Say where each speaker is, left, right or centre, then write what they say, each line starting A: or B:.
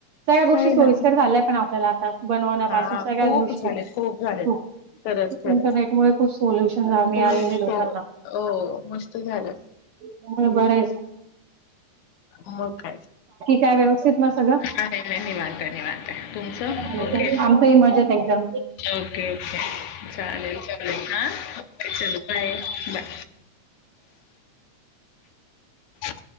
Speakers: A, on the right; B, on the left.
A: सगळ्या गोष्टी
B: नाही
A: सोयीस्कर
B: ना
A: झाल्या पण आपल्याला आता बनवण्यापासून
B: हा
A: सगळ्या
B: खूप
A: गोष्टी,
B: झाले खूप झालेत
A: हो,
B: खरंच खरंच
A: इंटरनेट मुळे खूप सोल्युशन मिळालेले
B: खूप
A: आहे लोकांना.
B: हो मस्त झालं
A: म्हणून बरं हे.
B: मग <inaudible>
A: काय व्यवस्थित ना सगळं
B: निवांत निवांतय तुमचं
A: आमचंही
B: ओके
A: मजेत एकदम.
B: ओके ओके चालेल चालेल हा बाय बाय. <inaudible>